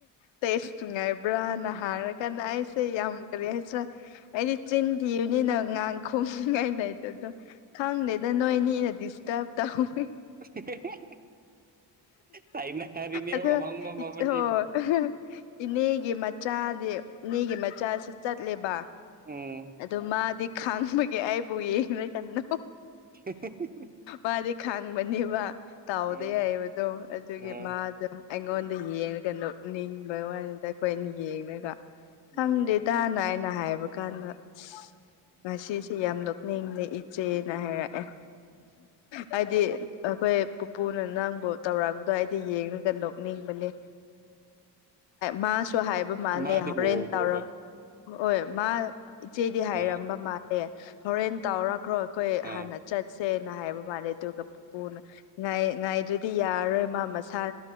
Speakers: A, on the left; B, on the right.
A: ꯇꯦꯁ ꯅꯨꯡꯉꯥꯏꯕ꯭ꯔꯥꯅ ꯍꯥꯏꯔ꯫ ꯀꯅꯥ ꯑꯩꯁꯦ ꯌꯥꯝ ꯀꯔꯤꯍꯥꯏꯁꯤꯔꯥ ꯑꯩꯗꯤ ꯆꯤꯟ ꯊꯤꯕꯅꯤꯅ ꯉꯥꯡ ꯈꯨꯝꯅꯤꯡꯉꯥꯏ ꯂꯩꯇꯕꯗꯣ ꯈꯪꯗꯦꯗ ꯅꯣꯏꯅꯤꯅ ꯗꯤꯁꯇꯔꯕ ꯇꯧꯏ
B: <unintelligible> ꯇꯥꯏꯅꯔꯤꯅꯦꯕ
A: ꯑꯗꯨ
B: ꯃꯪꯕ ꯃꯕꯥꯅꯤꯕꯨ
A: ꯍꯣꯏ꯫ ꯏꯅꯦꯒꯤ ꯃꯆꯥꯗꯤ ꯏꯅꯦꯒꯤ ꯃꯆꯥꯁꯨ ꯆꯠꯂꯦꯕ
B: ꯎꯝ
A: ꯑꯗꯨ ꯃꯥꯗꯤ ꯈꯪꯕꯒꯤ ꯑꯩꯕꯨ ꯌꯦꯡꯉꯦ ꯀꯟꯗꯣ
B: <unintelligible>
A: ꯃꯥꯗꯤ ꯈꯥꯡꯕꯅꯦꯕ ꯇꯥꯎꯗꯦ
B: ꯑꯥ
A: ꯍꯥꯏꯕꯗꯣ ꯑꯗꯨꯒꯤ
B: ꯑꯥ
A: ꯃꯥ ꯑꯗꯣ ꯑꯩꯉꯣꯟꯗ ꯌꯦꯡꯉꯒ ꯅꯣꯛ ꯅꯤꯡꯕ ꯋꯥꯅꯤꯗ ꯑꯩꯈꯣꯏ ꯑꯅꯤ ꯌꯦꯡꯉꯒ
B: ꯎꯝ
A: ꯈꯪꯗꯦꯗꯅ ꯑꯩꯅ ꯍꯥꯏꯕ ꯀꯥꯟꯗ ꯑꯁ ꯉꯁꯤꯁꯦ ꯌꯥꯝ ꯃꯤꯡ ꯅ ꯏꯆꯦꯅ ꯍꯥꯏꯔꯛꯑꯦ ꯍꯥꯏꯗꯤ ꯑꯩꯈꯣꯏ ꯄꯨꯄꯨꯅ ꯅꯪꯕꯨ꯫ ꯇꯧꯔꯛꯄꯗꯣ ꯑꯩꯗꯤ ꯌꯦꯡꯉꯒ ꯅꯣꯛꯅꯤꯡꯕꯅꯤ ꯃꯥꯁ ꯁꯨ ꯍꯥꯏꯕ ꯃꯥꯜꯂꯦ
B: ꯃꯥꯗꯤ
A: ꯍꯣꯔꯦꯟ
B: ꯎꯍꯧꯕ꯭ꯔꯣꯕ
A: ꯇꯧꯔꯛ ꯍꯣꯏ ꯃꯥ ꯏꯆꯦꯗꯤ ꯍꯥꯏꯔꯝꯕ
B: ꯑꯥ
A: ꯃꯥꯜꯂꯦ ꯍꯣꯔꯦꯟ ꯇꯥꯎꯔꯛ ꯀ꯭ꯔꯣ ꯑꯩꯈꯣꯏ
B: ꯑꯥ
A: ꯍꯥꯟꯅ ꯆꯠꯁꯦꯅ ꯍꯥꯏꯕ ꯃꯥꯜꯂꯦ ꯑꯗꯨꯒ ꯄꯨꯄꯨꯅꯥꯏ ꯉꯥꯏ ꯉꯥꯏꯗꯨ꯫ ꯗꯤ ꯌꯥꯔꯔꯣꯏ ꯃꯥ ꯃꯁꯥ꯫